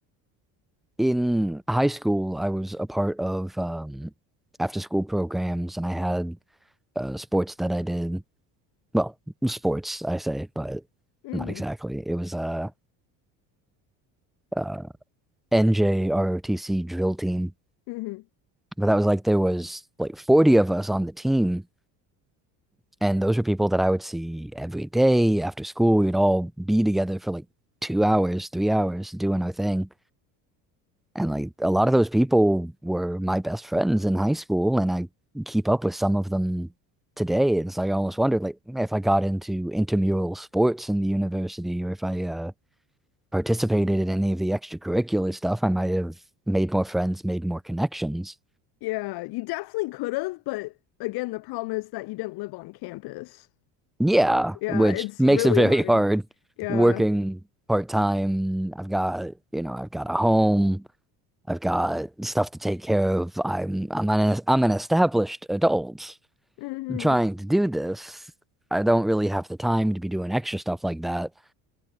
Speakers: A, in the centre; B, on the left.
A: in high school I was a part of um after school programs and I had uh sports that I did. Well, sports I say, but
B: hmm
A: not exactly. It was uh uh NJROTC drill team.
B: hmm
A: But that was like there was like 40 of us on the team and those were people that I would see every day after school. We'd all be together for like two hours, three hours doing our thing. And like a lot of those people were my best friends in high school, and I keep up with some of them today. And it's like I almost wondered, like, if I got into intramural sports in the university, or if I uh, participated in any of the extracurricular stuff, I might have made more friends, made more connections.
B: Yeah, you definitely could have, but again, the problem is that you didn't live on campus.
A: Yeah,
B: Yeah,
A: which
B: it's
A: makes
B: really
A: it very
B: hard.
A: hard
B: Yeah.
A: working part time. I've got, you know, I've got a home. I've got stuff to take care of. I'm I'm an I'm an established adult.
B: hmm
A: trying to do this, I don't really have the time to be doing extra stuff like that.